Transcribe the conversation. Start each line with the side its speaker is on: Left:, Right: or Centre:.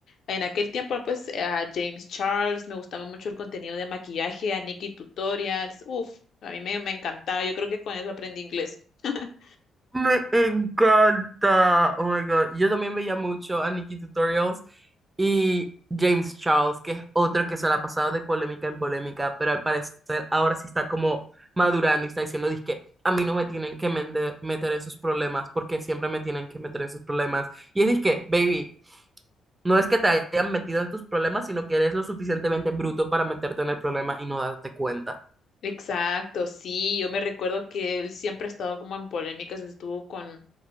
Left: mm, en aquel tiempo, pues a James Charles, me gustaba mucho el contenido de maquillaje, a Nikki Tutorials, uff, a mí me, me encantaba, yo creo que con eso aprendí inglés. <laughs>
Right: Me encanta. Oh my God. Yo también veía mucho a Nikki Tutorials y James Charles, que es otro que se la ha pasado de polémica en polémica, pero al parecer ahora sí está como madurando y está diciendo, que a mí no me tienen que mende- meter en sus problemas porque siempre me tienen que meter en sus problemas. Y es que, baby, No es que te hayan metido en tus problemas, sino que eres lo suficientemente bruto para meterte en el problema y no darte cuenta.
Left: Exacto, sí, yo me recuerdo que él siempre ha estado como en polémicas, estuvo con